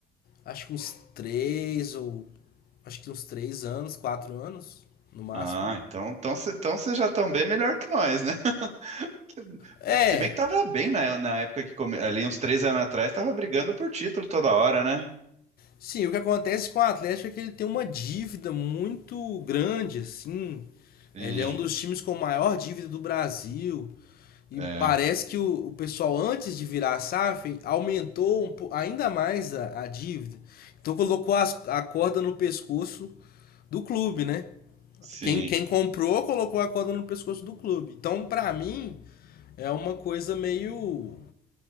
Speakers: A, on the left; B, on the right.
A: acho que uns três ou, acho que uns três anos, quatro anos, no máximo.
B: Ah, então então vocês então cê já estão bem melhor que nós, né? <laughs>
A: É,
B: Se bem que tava bem na, na época que come... ali uns três anos atrás, tava brigando por título toda hora, né?
A: sim, o que acontece com o Atlético é que ele tem uma dívida muito grande, assim.
B: Sim,
A: Ele é um dos times com maior dívida do Brasil. E
B: é,
A: parece que o, o pessoal, antes de virar a SAF, aumentou um ainda mais a, a dívida. Então colocou as- a corda no pescoço do clube, né?
B: sim,
A: Quem, quem comprou colocou a corda no pescoço do clube. Então, pra mim, é uma coisa meio.